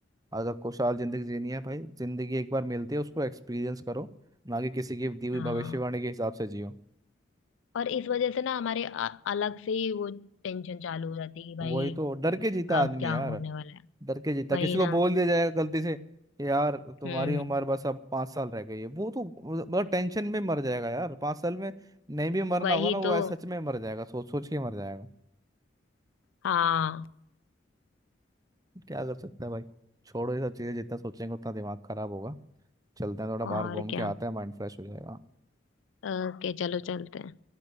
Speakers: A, on the right; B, on the left.
A: अगर खुशहाल जिंदगी जीनी है भाई जिंदगी एक बार मिलती है उसको एक्सपीरियंस करो ना कि किसी की दी हुई
B: हाँ
A: भविष्यवाणी के हिसाब से जियो
B: और इस वजह से ना हमारे अ- अलग से ही वो टेंशन चालू हो जाती है कि
A: वही
B: भाई
A: तो डर के जीता
B: कब
A: आदमी
B: क्या
A: यार
B: होने वाला है
A: डर के जीता
B: वही
A: किसी
B: ना
A: को बोल दिया जाएगा गलती से कि यार तुम्हारी
B: हम्म
A: उम्र बस अब पाँच साल रह गई है वो तो मतलब मतलब टेंशन में मर जाएगा यार पाँच साल में नहीं भी मरना
B: वही
A: होगा ना वो
B: तो
A: ऐसे सच में मर जाएगा सोच सोच के मर जाएगा
B: हाँ
A: क्या कर सकता है भाई छोड़ो ये सब चीज़ें जितना सोचेंगे उतना दिमाग खराब होगा चलते हैं थोड़ा बाहर
B: और
A: घूम
B: क्या
A: के आते हैं माइंड फ्रेश हो जाएगा
B: ओके चलो चलते हैं